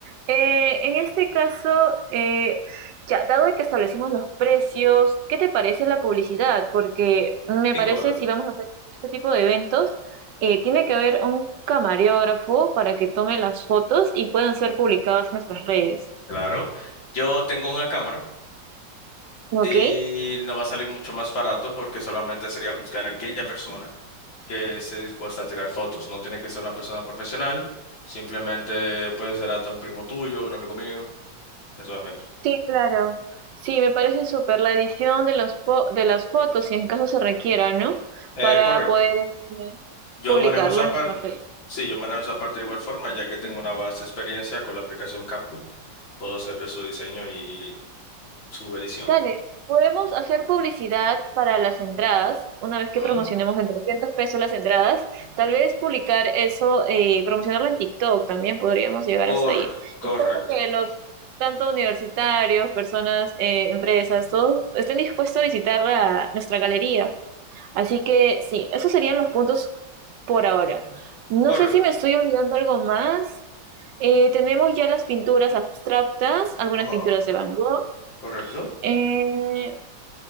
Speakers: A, on the right (about 75°); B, on the left (about 85°).
A: Eh, en este caso, eh, ya, dado que establecimos los precios, ¿qué te parece la publicidad? Porque me
B: cinco
A: parece,
B: dólares.
A: si vamos a hacer este tipo de eventos, eh, tiene que haber un camarógrafo para que tome las fotos y puedan ser publicadas en nuestras redes.
B: Claro. Yo tengo una cámara
A: ¿Ok?
B: y no va a salir mucho más barato porque solamente sería buscar a aquella persona que esté dispuesta a tirar fotos. No tiene que ser una persona profesional, simplemente puede ser hasta un primo tuyo, un amigo mío, eso de menos.
A: Sí, claro. Sí, me parece súper la edición de los po- de las fotos, si en caso se requiera, ¿no?
B: Eh,
A: Para
B: correcto.
A: poder este,
B: Yo
A: publicarlo
B: manejo esa
A: en
B: parte.
A: nuestras redes.
B: Sí, yo manejo esa parte de igual forma, ya que tengo una vasta experiencia con la aplicación CapCut puedo hacer su diseño y su edición.
A: Dale, podemos hacer publicidad para las entradas, una vez que
B: Ujú.
A: promocionemos en 300 pesos las entradas, tal vez publicar eso, eh, promocionarlo en TikTok también podríamos llegar
B: Cor-
A: hasta ahí.
B: correcto,
A: Y creo que los, tanto universitarios, personas, eh, empresas, todos estén dispuestos a visitar la- nuestra galería. Así que sí, esos serían los puntos por ahora. No
B: correcto,
A: sé si me estoy olvidando algo más. Eh, tenemos ya las pinturas abstractas, algunas
B: Ajá.
A: pinturas de Van Gogh.
B: correcto.
A: Eh,